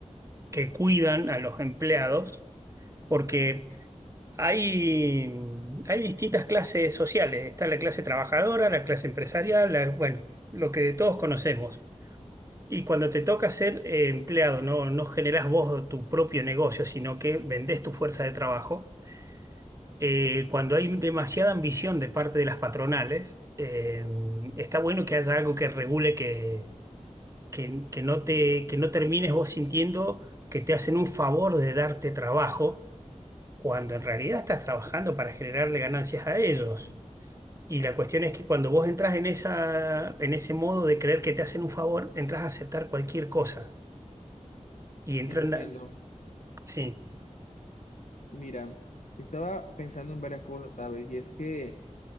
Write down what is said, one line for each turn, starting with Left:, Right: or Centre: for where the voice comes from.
Right: que cuidan a los empleados, porque hay, hay distintas clases sociales, está la clase trabajadora, la clase empresarial, la- bueno, lo que todos conocemos. Y cuando te toca ser eh, empleado, no, no generás vos tu propio negocio, sino que vendés tu fuerza de trabajo. eh, cuando hay demasiada ambición de parte de las patronales, eh, está bueno que haya algo que regule que, que, que no te, que no termines vos sintiendo que te hacen un favor de darte trabajo, cuando en realidad estás trabajando para generarle ganancias a ellos. Y la cuestión es que cuando vos entras en esa, en ese modo de creer que te hacen un favor, entras a aceptar cualquier cosa y entran,
Left: Entiendo.
Right: Sí,
Left: Mira, yo estaba pensando en varias cosas, ¿sabes? Y es que,